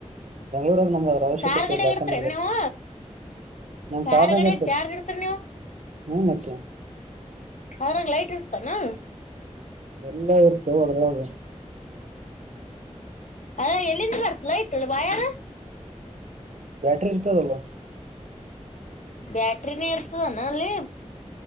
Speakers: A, on the right; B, on the left.
A: ಬೆಂಗಳೂರಾಗ ನಮ್ಗ ಅದ್ರ ಅವಶ್ಯಕತೆ
B: ಕಾರ್ ಗಡಿಯಾಗ್
A: ಇಲ್ಲ ಯಾಕ
B: ಇರ್ತರೇನು
A: ನಮ್ಗ
B: ನೀವು
A: ನಮ್
B: ಕಾರ್
A: ಕಾರ್ನಾಗ
B: ಗಡಿಯಾಗ್
A: ಇರ್ತದ
B: ಚಾರ್ಜ್ ಇಡ್ತರಿ ನೀವು
A: ಹ್ಮ್ ಮತ್ತೆ
B: ಅದ್ರಲ್ಲಿ ಲೈಟ್ ಇರ್ತಾದೇನು
A: ಎಲ್ಲ ಇರ್ತವೊ ಅದ್ರ ಒಳ್ಳಗ
B: ಅದ ಎಲ್ಲಿಂದ ಬರ್ತವಾ ಲೈಟ್ ವೈರಯು
A: ಬ್ಯಾಟ್ರಿ ಇರ್ತದಲ್ಲ
B: ಬ್ಯಾಟ್ರ ನೀ ಇರ್ತದಾನ ಅಲ್ಲಿೇ